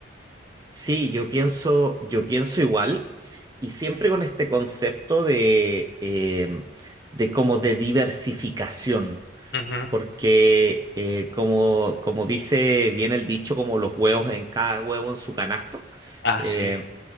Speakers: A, on the right (about 20°); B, on the left (about 65°).
A: sí, yo pienso, yo pienso igual y siempre con este concepto de, eh, de como de diversificación.
B: Ujú.
A: Porque eh, como, como dice bien el dicho, como los huevos en cada huevo en su canasto,
B: Ah,
A: eh,
B: sí.